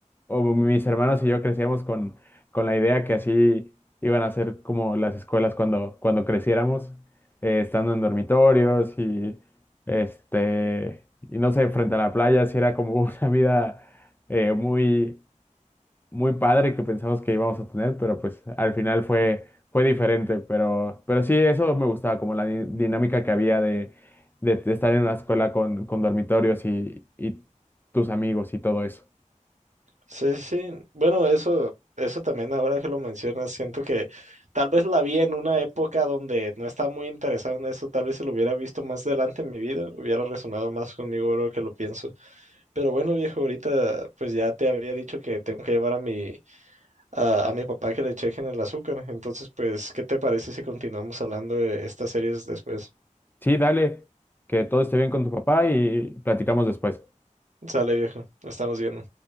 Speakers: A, on the left; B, on the right.
A: o mis hermanos y yo crecíamos con, con la idea que así iban a ser como las escuelas cuando, cuando creciéramos, eh, estando en dormitorios y este, y no sé, frente a la playa, sí era como <laughs> una vida eh, muy muy padre que pensamos que íbamos a tener, pero pues al final fue, fue diferente. Pero, pero sí, eso me gustaba, como la di- dinámica que había de, de- de estar en la escuela con, con dormitorios y, y tus amigos y todo eso.
B: Sí, sí. Bueno, eso, eso también ahora que lo mencionas, siento que tal vez la vi en una época donde no estaba muy interesado en eso, tal vez se lo hubiera visto más adelante en mi vida, hubiera resonado más conmigo ahora que lo pienso. Pero bueno, viejo, ahorita pues ya te había dicho que tengo que llevar a mi a, a mi papá que le chequen el azúcar. Entonces, pues, ¿qué te parece si continuamos hablando de estas series después?
A: Sí, dale, que todo esté bien con tu papá y platicamos después.
B: Sale, viejo, nos estamos viendo.